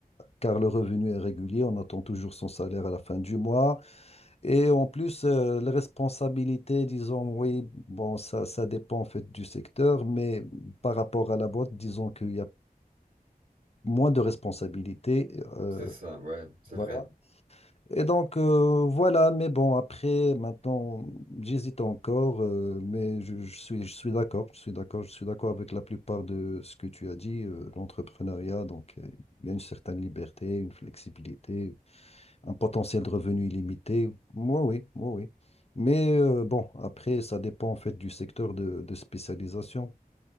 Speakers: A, on the left; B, on the right.
A: car le revenu est régulier, on attend toujours son salaire à la fin du mois. Et en plus, euh, les responsabilités, disons, oui, bon, ça, ça dépend en fait du secteur, mais par rapport à la boîte, disons qu'il y a moins de responsabilités. euh,
B: c'est ça, ouais, c'est
A: voilà.
B: vrai.
A: Et donc, euh, voilà, mais bon, après, maintenant, j'hésite encore, euh, mais je, je suis, je suis d'accord, je suis d'accord, je suis d'accord avec la plupart de ce que tu as dit, euh, l'entrepreneuriat, donc, euh, il y a une certaine liberté, une flexibilité un potentiel de revenu illimité. Moi, oui, moi, oui. Mais euh, bon, après, ça dépend en fait du secteur de, de spécialisation.